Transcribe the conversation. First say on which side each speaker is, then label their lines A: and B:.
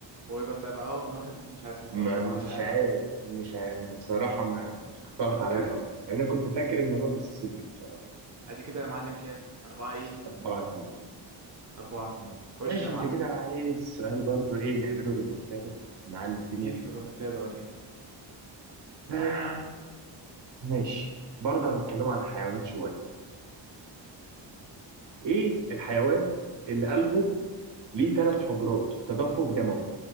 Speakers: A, on the right (about 35°); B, on the right (about 65°).
A: ويبقى تبقى اهو نهر النيل مش عارف ان هو
B: ما
A: اطول نهر
B: مش
A: في العالم
B: عارف مش عارف بصراحة ما اختلط
A: اديك
B: على
A: عرفت
B: الأمر يعني أنا كنت فاكر إن هو المسيسيبي بصراحة
A: ادي كده يا معلم كام أربعة ايه
B: 4 2
A: أربعة اتنين خش
B: ماشي
A: يا معلم
B: أنت كده عايز سؤال برضه إيه نعمله ريمونتادا نعلي الدنيا
A: اديني في الرومنتادا وريني
B: آه ماشي برضه هنتكلم عن الحيوانات شوية إيه الحيوان اللي قلبه ليه ثلاث حجرات تدفق دموي